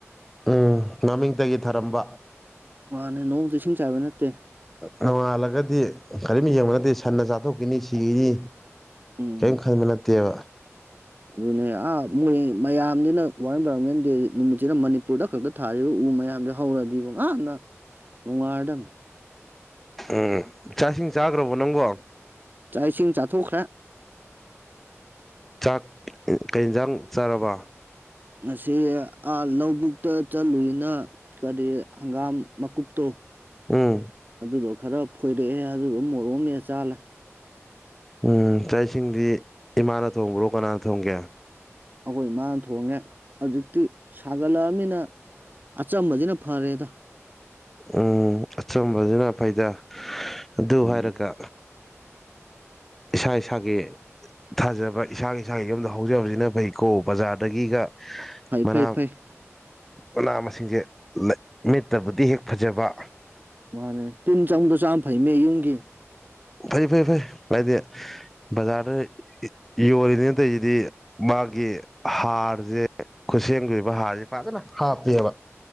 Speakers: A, in the centre; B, on the right (about 40°).
A: ꯎꯝ ꯃꯃꯤꯡꯇꯒꯤ ꯊꯔꯝꯕ
B: ꯃꯥꯅꯦ ꯅꯣꯡꯃꯗꯤ ꯏꯁꯤꯡ ꯆꯥꯏꯕ ꯅꯠꯇꯦ
A: ꯅꯣꯡꯉꯥꯜꯂꯒꯗꯤ ꯀꯔꯤꯝ ꯌꯦꯡꯕ ꯅꯠꯇꯦ ꯁꯟꯅ ꯆꯥꯊꯣꯛꯈꯤꯅꯤ ꯁꯤꯒꯤꯅꯤ
B: ꯎꯝ
A: ꯀꯝ ꯈꯟꯕ ꯅꯠꯇꯦꯕ
B: ꯑꯗꯨꯅꯦ ꯑꯥ ꯃꯣꯏ ꯃꯌꯥꯝꯁꯤꯅ ꯋꯥꯔꯜ ꯏꯟꯚꯥꯏꯔꯣꯟꯃꯦꯟ ꯗꯦ ꯅꯨꯃꯤꯠꯁꯤꯅ ꯃꯅꯤꯄꯨꯔꯗ ꯈꯛꯇ ꯊꯥꯔꯤꯕ ꯎ ꯃꯌꯥꯝꯁꯦ ꯍꯧꯔꯗꯤꯀꯣ ꯅꯍꯥꯟꯅ ꯅꯨꯡꯉꯥꯏꯔꯗꯕꯅꯤ
A: ꯎꯝ ꯆꯥꯛ ꯏꯁꯤꯡ ꯆꯥꯈ꯭ꯔꯕꯣ ꯅꯪꯕꯣ
B: ꯆꯥꯛ ꯏꯁꯤꯡ ꯆꯥꯊꯣꯛꯈ꯭ꯔꯦ
A: ꯆꯥꯛ ꯀꯩ ꯍꯤꯟꯖꯥꯡ ꯆꯥꯔꯕ
B: ꯉꯁꯤ ꯂꯧꯕꯨꯛꯇ ꯆꯠꯂꯨꯏꯅ ꯀꯔꯤ ꯍꯪꯒꯥꯝ ꯃꯀꯨꯞꯇꯣ
A: ꯎꯝ
B: ꯑꯗꯨꯗꯣ ꯈꯔ ꯐꯣꯏꯔꯛꯑꯦ ꯑꯗꯨꯒ ꯃꯣꯔꯣꯛ ꯑꯃ ꯃꯦꯠꯂ ꯆꯥꯔꯂꯛꯑ
A: ꯎꯝ ꯆꯥꯛ ꯏꯁꯤꯡꯗꯤ ꯏꯃꯥꯅ ꯊꯣꯡꯕ꯭ꯔꯣ ꯀꯅꯥꯅ ꯊꯣꯡꯒꯦ
B: ꯑꯈꯣꯏ ꯃꯥꯅ ꯊꯣꯡꯉꯦ ꯍꯧꯖꯤꯛꯇꯤ ꯁꯥꯒꯠꯂꯛꯑꯕꯅꯤꯅ ꯑꯆꯝꯕꯁꯤꯅ ꯐꯔꯦꯗ
A: ꯎꯝ ꯑꯆꯝꯕꯁꯤꯅ ꯐꯩꯗ ꯑꯗꯨ
B: ꯎꯝ
A: ꯍꯥꯏꯔꯒ ꯏꯁꯥ ꯏꯁꯥꯒꯤ ꯊꯥꯖꯕ ꯏꯁꯥꯒꯤ ꯏꯁꯥꯒꯤ ꯌꯨꯝꯗ ꯍꯧꯖꯕꯁꯤꯅ ꯐꯩꯀꯣ ꯕꯖꯥꯔꯗꯒꯤꯒ
B: ꯐꯩ
A: ꯃꯅꯥ
B: ꯐꯩ ꯐꯩ
A: ꯃꯅꯥ ꯃꯁꯤꯡꯁꯦ ꯃꯤꯠꯇꯕꯨꯗꯤ ꯍꯦꯛ ꯐꯖꯕ
B: ꯃꯥꯅꯦ ꯇꯤꯟ ꯆꯪꯕꯗꯣ ꯆꯥꯕꯅ ꯐꯩꯃꯦ ꯌꯨꯝꯒꯤ
A: ꯐꯩ ꯐꯩ ꯐꯩ ꯍꯥꯏꯗꯤ ꯕꯖꯥꯔꯗ ꯌꯣꯜꯂꯤꯅꯦ ꯇꯧꯔꯤꯁꯤꯗꯤ ꯃꯥꯒꯤ ꯍꯥꯔꯁꯦ ꯈꯨꯠꯁꯦꯝꯒꯤ ꯑꯣꯏꯕ ꯍꯥꯔꯁꯦ ꯐꯖꯅ ꯍꯥꯞꯄꯦꯕ